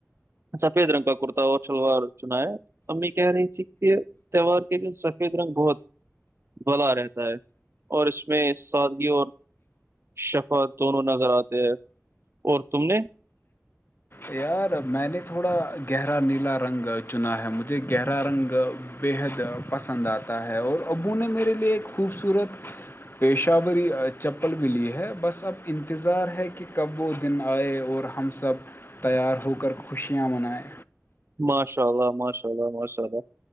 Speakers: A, on the right; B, on the left.
A: سفید رنگ کا کرتا اور شلوار چنایا ہے امی کہہ رہی تھی کہ تہوار کے دے سفید رنگ ہوت بلا رہتا ہے اور اس میں سادگی اور شفا دونوں نظر آتے ہیں اور تم نے
B: یار میں نے تھوڑا گہرا نیلا رنگ چنا ہے مجھے گہرا رنگ بےحد پسند آتا ہے اور ابو نے میرے لیے ایک خوبصورت پیشہ ی چپل بھی لی ہے بس اب انتظار ہے کہ کب وہ دن آئے اور ہم سب تیار ہو کر خوشیاں منائیں
A: ماشاء اللہ ماشاء اللہ ماشاء اللہ